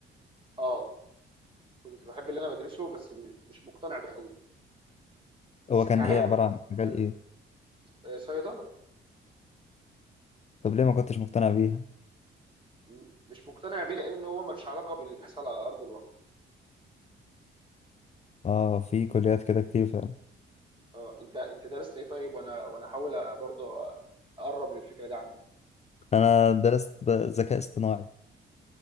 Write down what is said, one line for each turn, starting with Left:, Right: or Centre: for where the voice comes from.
Right: اه كنت بحب اللي انا بدرسه بس م- مش مقتنع بيه قوي بس
Left: هو كان
Right: كعلم
Left: ايه عباره عن مجال
Right: حلو
Left: ايه
Right: آه، صيدله
Left: طب ليه ما كنتش مقتنع بيها
Right: م- مش مقتنع بيه لان هو ملوش علاقه باللي بيحصل على ارض الواقع
Left: اه في كليات كده كتير فعلا
Right: اه انت انت درست ايه طيب وانا وانا احاول برضه اقرب للفكره دي عندك
Left: انا درست ب- ذكاء اصطناعي